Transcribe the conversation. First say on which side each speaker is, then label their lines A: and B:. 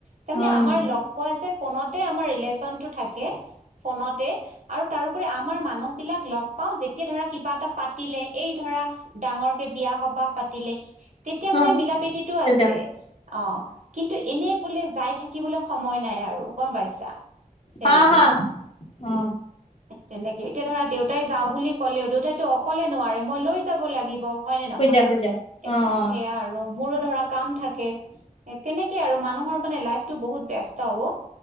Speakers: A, on the right; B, on the left.
A: তাৰমানে
B: উম,
A: আমাৰ লগ পোৱা যে ফোনত। এ আমাৰ ৰিলেশ্বনটো থাকে ফোনতে আৰু তাৰ উপৰি আমাৰ মানুহবিলাক লগ। লগ পাও যেতিয়া ধৰা কিবা এটা পাতিলে এই ধৰা ডাঙৰ কে বিয়া সবাহ পাতিলে। তেতিয়া
B: উম,
A: মানে মিলা প্ৰীতিটো
B: শুই
A: আছে।
B: যা
A: অ' কিন্তু এনে বোলে যাই থাকিবলৈ সময় নাই আৰু গম পাইছা। তেনেকে
B: হা- হা অ
A: তেনেকে এতিয়া ধৰা, দেউতাই যাওঁ বুলি ক'লেও দেউতাইতো অকলে নোৱাৰে মই লৈ যাব লাগিব। হয় নে নহয়?
B: শুই যা, শুই যা
A: এই
B: অ', অ',
A: সেয়া আৰু। মোৰো ধৰা কাম থাকে, তেনেকে আৰু মানুহৰ মানে লাইফটো বহুত ব্যস্ত ও।